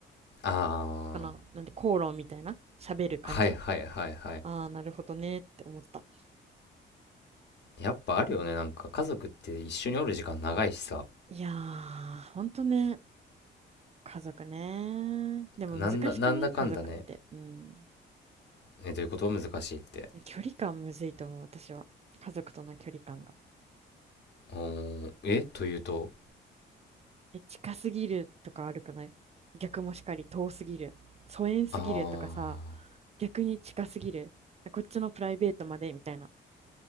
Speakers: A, on the left; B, on the right.
A: あ
B: この、なんで口論みたいな、喋る感じ。
A: あ、はいはいはいはい。
B: ああ、なるほどねって思った。
A: やっぱあるよね、なんか家族って一緒におる時間長いしさ、
B: いやー、ほんとね、家族ね。でも難しくない家族って。
A: なんだ、なんだかんだね。
B: うん。
A: ね、どういうこと難しいって。
B: 距離感むずいと思う、私は。家族との距離感が。
A: おー、えというと
B: え、近すぎるとか悪くない逆もしかり遠すぎる。疎遠すぎるとかさ、
A: あ
B: 逆に近すぎる。こっちのプライベートまでみたいな。